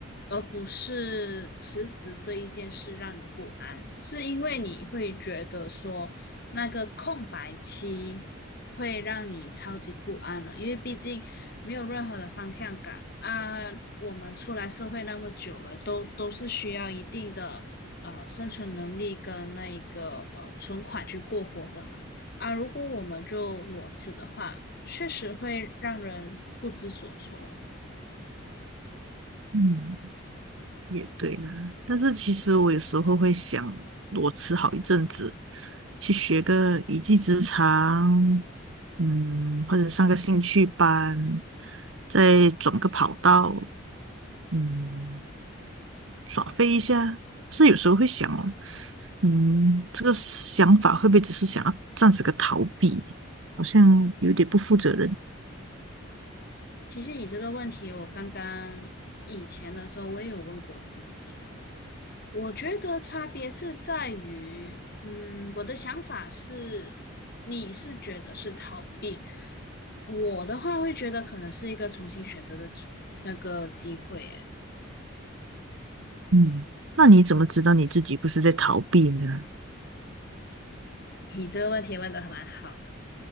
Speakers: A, on the left (about 50°); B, on the right (about 65°).
A: 而不是辞职这一件事让你不安，是因为你会觉得说那个空白期会让你超级不安的，因为毕竟。没有任何的方向感啊。我们出来社会那么久了，都都是需要一定的呃生存能力跟那一个呃存款去过活的嘛。啊，如果我们就裸辞的话，确实会让人不知所措。
B: 嗯。也对啦，但是其实我有时候会想裸辞好一阵子，去学个一技之长，嗯，或者上个兴趣班，再转个跑道，嗯，耍飞一下。是有时候会想哦，嗯，这个想法会不会只是想要暂时个逃避？好像有点不负责任。
A: 其实你这个问题，我刚刚以前的时候我也有问过自己啦。我觉得差别是在于，嗯，我的想法是，你是觉得是逃避，我的话会觉得可能是一个重新选择的机那个机会诶
B: 嗯，那你怎么知道你自己不是在逃避呢？
A: 你这个问题问的还蛮好的。